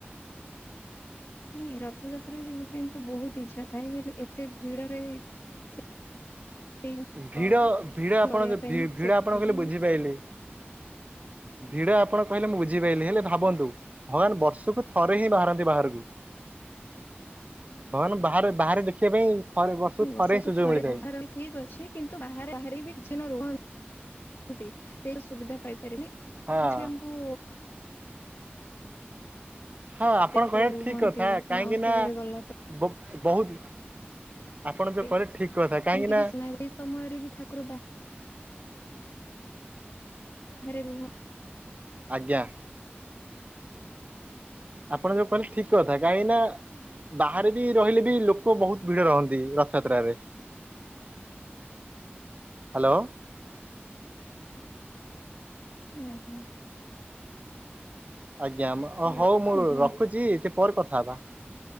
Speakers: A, on the left (about 70°); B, on the right (about 35°).
A: ନ ନାଇଁ ରଥଯାତ୍ରା ଯିବା ପାଇଁ ତ ବହୁତ ଇଛା ଥାଏ ହେଲେ ଏତେ ଭିଡରେ ସେଇ
B: ଭିଡ
A: ଧ
B: ଭିଡ ଆପଣ
A: ଧରେଇବା
B: ଯୋଉ
A: ପାଇଁ
B: ଭି
A: ମୁଁ
B: ଭିଡ
A: ସେତିକି
B: ଆପଣ କହିଲେ ବୁଝିପାଇଲି।
A: <inaudible>
B: ଭିଡ ଆପଣ କହିଲେ ମୁଁ ବୁଝିପାଇଲିି ହେଲେ ଭାବନ୍ତୁ ଭଗବାନ ବର୍ଷକୁ ଥରେ ହିଁ ବାହାରନ୍ତି ବାହାରକୁ।
A: <inaudible>
B: ଭାଗବାନ ବାହାରେ ବାହାରେ ଦେଖିବା ଥରେ ପାଇଁ
A: ବର୍ଷକୁ
B: ହିଁ ସୁଯୋଗ
A: ଥରେ
B: ମିଳିଥାଏ।
A: ବାହାରନ୍ତି ଠିକ ଅଛି କିନ୍ତୁ ବାହାରେ ବାହାର ବି କିଛି ନା ରୁହନ୍ତି ସେ ସୁବିଧା ପାଇପାରିନି।
B: ହଁ
A: କିଛି ଆମକୁ
B: ହଁ ଆପଣ
A: ଯେତେବେଳେ
B: କହିବା
A: ରୁହନ୍ତି
B: ଠିକ କଥା କାହିଁକି
A: ମାଉସୀ
B: ନା
A: ଘରେ ଗଲା
B: ବ ବହୁତ ଆପଣ
A: ପରେ
B: ଯୋଉ କହେ ଠିକ। କଥା କାହିଁକି
A: ଏମିତି
B: ନା
A: କିି <unintelligible> ସମୟରେ ବି ଠାକୁର ବାହା ହରେ ରୁହ
B: ଆଜ୍ଞା। ଆପଣ ଯୋଉ କହିଲେ ଠିକ କଥା କାହିଁକି ନା ବାହାରେ ବି ରହିଲେ ବି ଲୋକ ବହୁତ ଭିଡ ରହନ୍ତି। ରଥଯାତ୍ରାରେ
A: <inaudible>
B: ହ୍ୟାଲୋ।
A: ଆଜ୍ଞା।
B: ଆଜ୍ଞା
A: ହ୍ୟାଲୋ
B: ହଉ ମୁଁ
A: ହଁ କୁହନ୍ତୁ
B: ରଖୁଛିଥି ପରେ କଥା ହବା